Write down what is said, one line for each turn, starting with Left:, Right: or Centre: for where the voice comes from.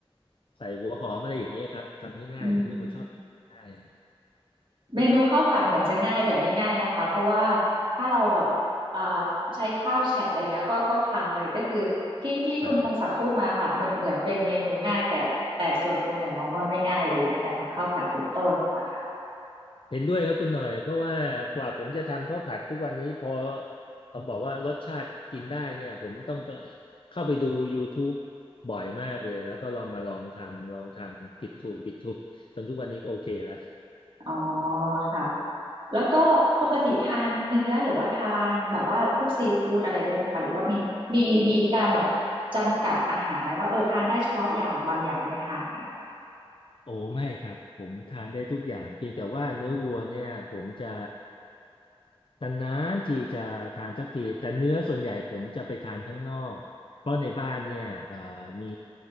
Left: ใส่หัวหอมอะไรอย่างเงี้ยครับทำง่ายๆผมเป็นคนชอบกินง่าย
Right: อืม เมนูข้าวผัดเหมือนจะง่ายแต่ไม่ง่ายนะคะเพราะว่าถ้าเราแบบเอ่อใช้ข้าวแฉะอะไรเงี้ยก็ก็พังเลยก็คือที่ที่คุณพงศักดิ์พูดมาค่ะเหมือนเหมือนเป็นเมนูง่ายแต่แต่ส่วนตัวหน่อยมองว่าไม่ง่ายเลยอย่างการทำข้าวผัดเป็นต้นนะคะ
Left: ใช่ เห็นด้วยครับคุณหน่อยเพราะว่ากว่าผมจะทำข้าวผัดทุกวันนี้พอต้องบอกว่ารสชาติกินได้เนี่ยผมต้องไปเข้าไปดู YouTube บ่อยมากเลยแล้วก็ลองมาลองทำลองทำผิดถูกผิดถูกจนทุกวันนี้ก็โอเคแล้ว
Right: อ๋อค่ะแล้วก็ปกติทานเนื้อหรือว่าทานแบบว่าพวกซีฟู้ดอะไรด้วยไหมคะหรือว่ามีมีมีการแบบจำกัดอาหารไหมว่าเออทานได้เฉพาะอย่างบางอย่างไม่ทานอะไรอย่างเงี้ย
Left: โอ้ไม่ครับผมทานได้ทุกอย่างเพียงแต่ว่าเนื้อวัวเนี่ยผมจะตนานๆทีจะทานสักทีแต่เนื้อส่วนใหญ่ผมจะไปทานข้างนอกเพราะในบ้านเนี่ยเอ่อมี